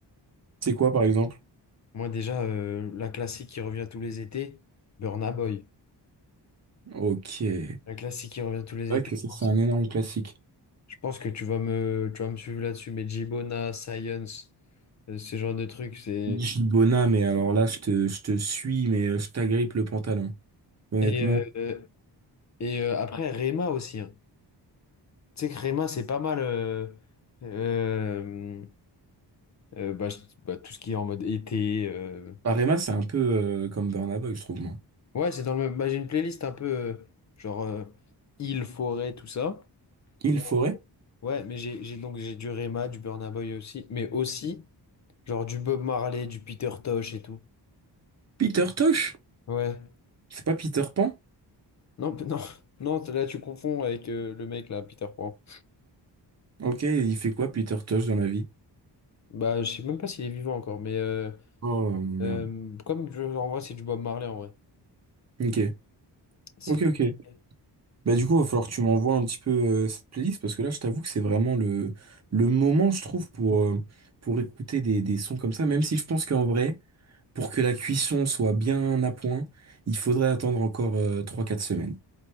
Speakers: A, on the right (about 40°); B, on the left (about 40°).
A: C'est quoi, par exemple?
B: Moi, déjà, euh, la classique qui revient tous les étés, Burna Boy.
A: Ok. C'est
B: Un classique qui revient tous les
A: vrai
B: étés,
A: que ça,
B: forcément.
A: c'est un énorme classique.
B: Je pense que tu vas me, tu vas me suivre là-dessus, mais Gibona Science, euh, ce genre de trucs, c'est...
A: Gibona, mais alors là, je te, je te suis, mais euh, je t'agrippe le pantalon. Honnêtement,
B: Et, euh, et euh, après, Rema aussi. hein. Tu sais que Rema, c'est pas mal... euh, euh, euh, bah, je- bah, tout ce qui est en mode été... euh.
A: Parema, c'est un peu euh, comme Burna Boy, je trouve, moi.
B: Ouais, c'est dans le même... bah, j'ai une playlist un peu euh, genre euh, île, forêt, tout ça.
A: Il
B: Ou
A: faudrait.
B: en gros, Ouais, mais j'ai j'ai donc j'ai du Rema, du Burna Boy aussi, mais aussi genre du Bob Marley, du Peter Tosh et tout.
A: Peter Tosh?
B: Ouais.
A: C'est pas Peter Pan?
B: Non, p- non, <laughs> non, t- là tu confonds avec euh, le mec là, Peter Pan.
A: Ok, il fait quoi Peter Tosh dans la vie?
B: Bah, je sais même pas s'il est vivant encore, mais euh,
A: Oh merde.
B: euh, comme je- en vrai, c'est du Bob Marley en vrai.
A: Ok,
B: C'est
A: ok,
B: du
A: ok.
B: reggae.
A: Bah du coup, va falloir que tu m'envoies un petit peu euh, cette playlist parce que là, je t'avoue que c'est vraiment le, le moment, je trouve, pour, euh, pour écouter des, des sons comme ça. Même si je pense qu'en vrai, pour que la cuisson soit bien à point, il faudrait attendre encore euh, trois quatre semaines.